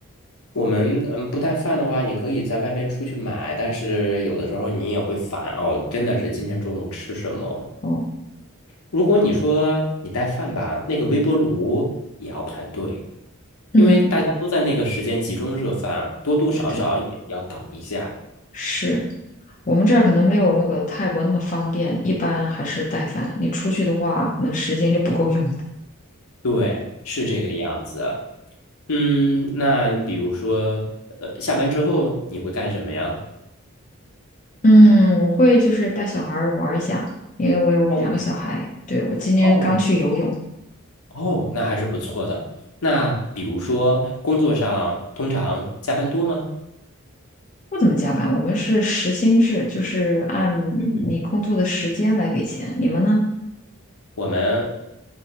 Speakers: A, on the left; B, on the left.
A: 我们嗯不带饭的话，你可以在外面出去买，但是有的时候你也会烦哦，真的是今天中午吃什么？
B: 哦，
A: 如果你说你带饭吧，那个微波炉也要排队，
B: 嗯，
A: 因为大家都在那个时间集中热饭，多多少少也要等一下。
B: 对对，是。我们这儿可能没有那个泰国那么方便，一般还是带饭。你出去的话，可能时间就不够用。
A: 对，是这个样子。嗯，那你比如说，呃，下班之后你会干什么呀？
B: 嗯，我会就是带小孩儿玩儿一下，因为我有两个小孩。
A: 哦
B: 对，我今天刚去游泳，
A: 哦哦，那还是不错的。那比如说，工作上通常加班多吗？
B: 不怎么加班，我们是时薪制，就是按你工作的时间来给钱。
A: 嗯，
B: 你们呢？
A: 我们